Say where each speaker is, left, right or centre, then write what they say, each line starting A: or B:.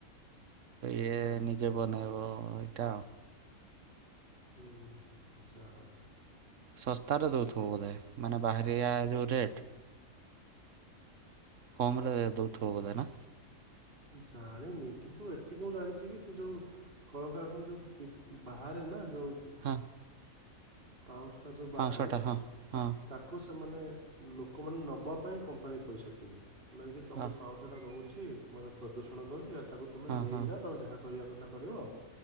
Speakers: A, on the right (about 65°); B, on the right (about 40°).
A: ଏ ନିଜେ ବନେଇବ ଇଟା।
B: ହୁଁ ଯାହଉ।
A: ଶସ୍ତାରେ ଦଉଥିବ ବୋଧେ ମାନେ ବାହାରିିବା ଯୋଉ ରେଟ କମ ରେ ଦଉଥିବ ବୋଧେ ନା।
B: ଜାଣିନି କିନ୍ତୁ ଏତିକି ମୁଁ ଜାଣିଛି କି ସେ ଯୋଉ କଳକାରଖାନା ଯୋଉ ବାହାରେ ନା ଯୋଉ।
A: ହଁ।
B: ପାଉଁଶଟା ଯେଉଁ ବାହାରେ
A: ପାଞ୍ଚଶହ ଟା ହଁ ହଁ
B: ତାକୁ ସେମାନେ। ଲୋକମାନେ ନବା ପାଇଁ କମ୍ପାନୀ ପଇସା ଦିଏ। ମାନେ କି ତମେ
A: ହଁ
B: ପାଉଁଶ ଟା ରହୁଛି। କି ମାନେ ପ୍ରଦୂଷଣ କରୁଛି। ତାକୁ ତମେ
A: ହଁ
B: ନେଇଯାଅ,
A: ହଁ
B: ତାପରେ ଯାହା କରିବା। <unintelligible> କରିବ।